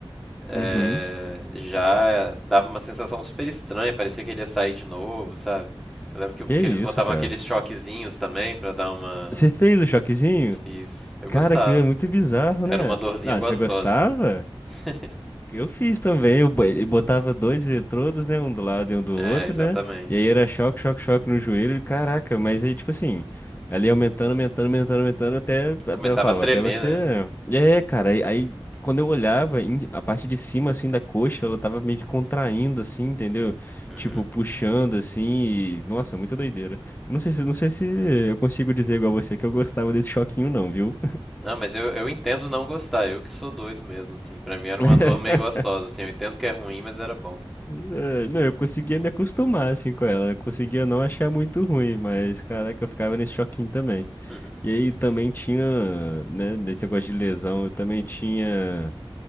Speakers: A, in the centre; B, on the left.
A: é,
B: Uhum.
A: já dava uma sensação super estranha. Parecia que ele ia sair de novo, sabe? Eu lembro que,
B: Que isso,
A: que eles botavam
B: cara?
A: aqueles choquezinhos também pra dar uma.
B: Você fez o choquezinho?
A: Fiz. Eu gostava.
B: Cara, aquilo é muito bizarro,
A: Era
B: né?
A: uma dorzinha
B: Ah,
A: gostosa.
B: você gostava?
A: <laughs>
B: Eu fiz também, eu, bo- ele botava dois eletrodos, né, um do lado e um do outro,
A: É, exatamente.
B: né, e aí era choque, choque, choque no joelho, e caraca, mas aí, tipo assim, ela ia aumentando, aumentando, aumentando, aumentando, até,
A: Começava
B: até ela falava,
A: a tremer,
B: até você...
A: né?
B: É, cara, aí, aí quando eu olhava, em- a parte de cima, assim, da coxa, ela tava meio que contraindo, assim, entendeu?
A: Uhum.
B: Tipo, puxando, assim, e... Nossa, muita doideira. Eu Não sei se, não sei se eu consigo dizer igual você que eu gostava desse choquinho, não, viu?
A: Não, mas eu, eu entendo não gostar, eu que sou doido mesmo, assim. Pra mim era
B: <laughs>
A: uma dor meio gostosa, assim. Eu entendo que é ruim, mas era bom.
B: É, não, eu conseguia me acostumar assim com ela, eu conseguia não achar muito ruim, mas caraca, eu ficava nesse choquinho também.
A: <laughs>
B: E aí também tinha, né, nesse negócio de lesão, eu também tinha